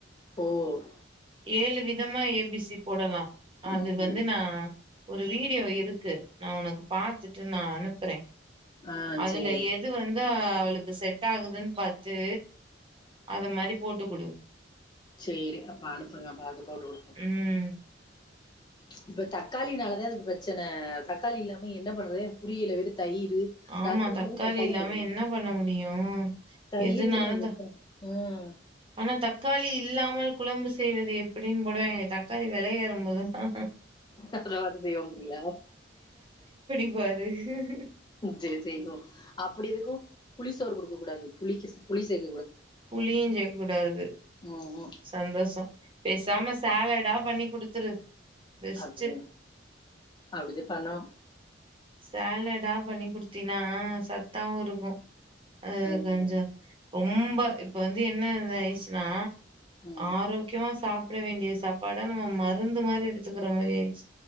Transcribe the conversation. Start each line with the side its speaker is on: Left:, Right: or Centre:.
Left: ம்
Right: ஏழு விதமா ஏ பி சி போடலாம் அது
Left: ம்,
Right: வந்து
Left: ம்.
Right: நான் ஒரு வீடியோ இருக்கு நான் உனக்கு பாத்துட்டு நான் அனுப்புறேன்
Left: ஆ
Right: அதுல
Left: சரி.
Right: எது வந்தா ஆ அவளுக்கு செட் ஆகுதுன்னு பாத்து அத மாரி போட்டு குடு
Left: சேரி அப்ப அனுப்புங்க பாத்து போட்டுவோம்
Right: ம்
Left: இப்ப தக்காளினாலதான் இதுக்கு பிரச்சனை தக்காளி இல்லாம என்ன பண்றது புரியல வெறுத் தயிர்
Right: ஆமா
Left: ரசத்துலையும் தக்காளி
Right: இல்லாம
Left: போடுவேன்
Right: என்ன பண்ண முடியு
Left: தயிர்
Right: எதுனாலு
Left: நான் வெப்பன்
Right: த
Left: ம்
Right: ஆனா தக்காளி இல்லாமல் குழம்பு செய்வது எப்படின்னு போடுவாங்களே தக்காளி வெளையேறும் போதுதான்
Left: அத பாத்து செய்ய போரியா
Right: யாரு உஹ உஹ
Left: செரி செரி போ அப்படி எதுக்கும் புளி சோறு குடுக்க கூடாது புளி புளி சேக்
Right: புளியும் சேர்க்க கூடாது
Left: ம்ஹ்ம்.
Right: சந்தோஷம் பேசாம சேலடா பண்ணி குடுத்துரு பெஸ்ட்டு
Left: அதுதான் அப்படி தான் பண்ணணும்
Right: சேலடா பண்ணி குடுத்தீனா சத்தாவும் இருக்கும் அது
Left: ம்.
Right: கொஞ்சம் ரொம்ப இப்ப வந்து என்ன இது ஆயிடுச்சுன்னா
Left: ம்.
Right: ஆரோக்கியமா சாப் ட வேண்டிய சாப்பாடா நம்ம மருந்து மாதிரி எடுத்துக்கிற மாரி ஆயிடுச்சு